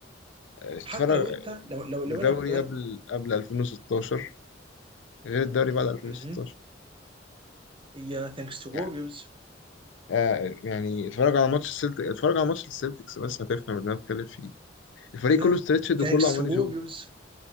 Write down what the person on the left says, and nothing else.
اتفرج
الدوري
قبل
قبل 2016 غير الدوري بعد 2016
يعني آه يعني اتفرج على ماتش السلتك اتفرج على ماتش السلتكس بس هتفهم اللي انا بتكلم فيه الفريق
كله ستريتشد
وكله عمال
يشوط